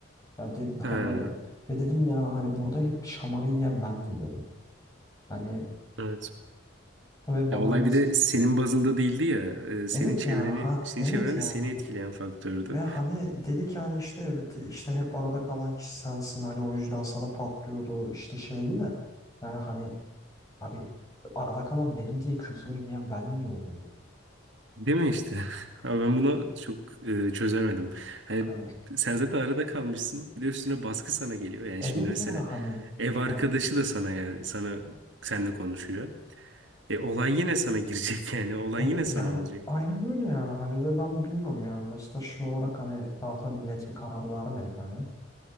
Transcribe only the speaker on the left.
Ya dedim hani
ve dedim ya hani burada hep şamarı yiyen bendim dedim. Hani
ve bana
mesela
evet
yani ha
evet
yani
Ve hani dedi ki hani işte evet işte hep arada kalan kişi sensin hani o yüzden sana patlıyordu işte şeydi de yani hani abi arada kalan benim diye küfrünü yiyen ben niye oluyorum?
Hani
evet
yani hani
yani,
e,
yani
aynen öyle yani hani ve ben bilmiyorum yani mesela şu olarak hani daha tabii net bir karar vermedik hani